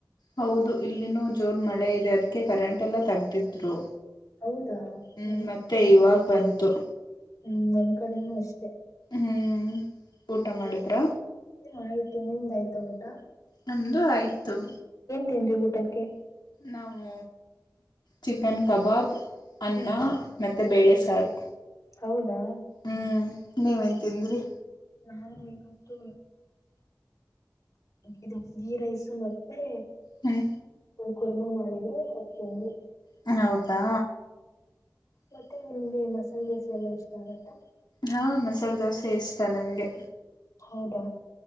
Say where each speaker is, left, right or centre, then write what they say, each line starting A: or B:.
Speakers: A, on the left (about 80°); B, on the left (about 50°).
A: ಹೌದು ಇಲ್ಲಿನು ಜ್ ಜೋರ್ ಮಳೆ ಇದೆ ಅದಕ್ಕೆ ಕರೆಂಟ್ ಎಲ್ಲ ತಗ್ದಿದ್ರು.
B: ಹೌದಾ
A: ಹ್ಮ್
B: ನಮ್
A: ಮತ್ತೆ
B: ಕಡೆ
A: ಇವಾಗ್ ಬಂ ತ್ತು.
B: ಹ್ಮ್ ನಮ್ ಕಡೆನೂ ಅಷ್
A: ಹ್ಮ್ ಊಟ ಮಾಡುದ್ರ
B: ಹ್ಮ್ ಆಯ್ತು ನಿಮ್ದ ಆಯ್ತಾ ಊಟ
A: ನಮ್ದು ಆಯ್ತು.
B: ತಿಂಡಿ ಊಟಕ್ಕೆ.
A: ನಾವು ಚಿಕನ್ ಕಬಾಬ್. ಅನ್ನ.
B: ಹ್ಮ್
A: ಮತ್ತು ಬೇಳೆ ಸಾರು.
B: ಹೌದಾ.
A: ಹ್ಮ್ ನೀವೇನ್ ತಿಂದ್ರಿ.
B: ನಾನು ಇವತ್ತು ಇದು ಗಿ ರೈಸು ಮತ್ತೆ.
A: ಹ್ಮ.
B: ಕುರ್ಮಾ ಮಾಡಿದ್ರೆ ಒತ್ತಂದು.
A: ನಾನೆ ಓದ್ಲಾ.
B: ಮತ್ತೆ ನಿಮ್ಗೆ ಮಸಾಲೆ ದೋಸೆ ಎಲ್ಲ ಎಷ್ಟ ಆಗುತ್ತಾ.
A: ಹಾ ಮಸಾಲ್ ದೋಸ್ ಸೆ ಇಷ್ಟ ನಂಗೆ.
B: ಹೌದಾ